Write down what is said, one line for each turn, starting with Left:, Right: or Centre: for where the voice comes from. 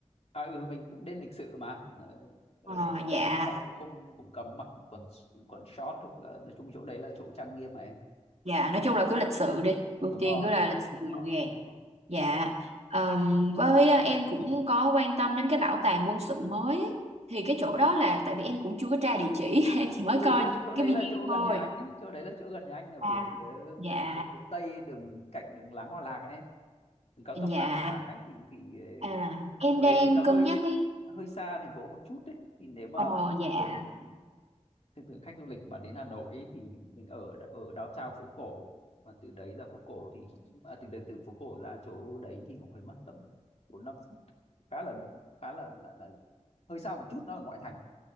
Left: à ừ mình cũng đến lịch sự mà Ờ, ở
Right: Ờ,
Left: đấy thì
Right: dạ
Left: họ cũng không cũng cấm mặc quần quần short hoặc là nói chung chỗ đấy là chỗ trang nghiêm mà em
Right: dạ nói chung là cứ lịch sự đi ưu
Left: đúng
Right: tiên
Left: rồi
Right: cứ là lịch sự gọn
Left: ờ.
Right: gàng
Left: ờ,
Right: dạ
Left: ờ.
Right: ờm, với ờ, em cũng có quan tâm đến cái bảo tàng quân sự mới ấy. thì cái chỗ đó là tại vì em cũng chưa có tra địa chỉ <laughs> em chỉ mới
Left: ừ
Right: coi
Left: chỗ,
Right: những
Left: chỗ đấy
Right: cái video
Left: là chỗ gần
Right: thôi
Left: nhà anh ấy chỗ đấy là chỗ gần nhà anh ở
Right: à
Left: phía phía
Right: dạ
Left: phía, phía tây đường cạnh đường Láng Hòa Lạc ấy đường cao
Right: dạ
Left: tốc Láng Hòa Lạc ấy thì thì ờ,
Right: à em
Left: chỗ
Right: đang
Left: đấy thì nó
Right: cân
Left: hơi
Right: nhắc ấy
Left: hơi xa thành phố một chút đấy thì nếu mà
Right: ờ dạ
Left: thường thực sự khách du lịch mà đến Hà Nội ấy, thì mình ở ở downtown phố cổ mà từ đấy ra phố cổ thì cũng à, từ từ phố cổ ra chỗ đấy thì cũng phải mất tầm bốn năm phút khá là khá là, là là hơi xa một chút nó ở ngoại thành